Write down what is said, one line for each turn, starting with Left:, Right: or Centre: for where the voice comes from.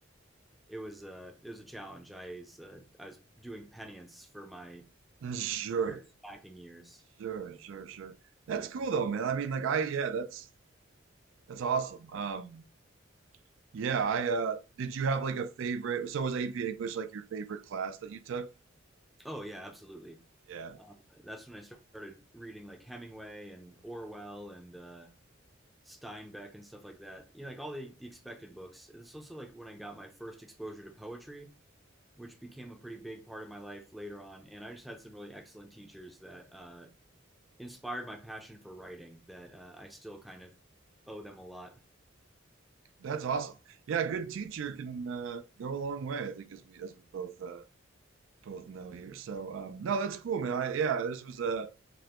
Centre: <laughs> it was uh, it was a challenge. I was uh, I was doing penance for my
Right: Sure.
Centre: career stacking years.
Right: Sure. Sure. Sure. That's cool though, man. I mean, like I yeah, that's that's awesome. Um yeah, I uh did you have like a favorite so was AP English like your favorite class that you took?
Centre: Oh yeah, absolutely.
Right: Yeah.
Centre: Uh, that's when I started reading like Hemingway and Orwell and uh, Steinbeck and stuff like that. You know, like all the, the expected books. It's also like when I got my first exposure to poetry, which became a pretty big part of my life later on. And I just had some really excellent teachers that uh, inspired my passion for writing that uh, I still kind of owe them a lot.
Right: That's awesome. Yeah, a good teacher can uh go a long way, I think as we as we both uh both know here. So um no, that's cool, man. I yeah, this was uh